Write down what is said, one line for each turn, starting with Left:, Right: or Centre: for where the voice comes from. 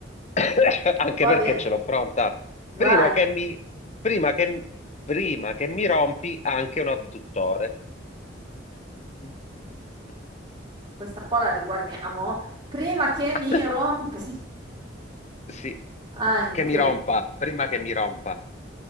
Left: <coughs> Anche
Right: Va
Left: perché
Right: bene,
Left: ce l'ho pronta.
Right: vai.
Left: Prima che mi, prima che, prima che mi rompi anche un adduttore. <coughs>
Right: Questa qua la riguardiamo. Prima che mi
Left: <laughs>
Right: rompi
Left: Sì,
Right: anche,
Left: che mi rompa, prima che mi rompa.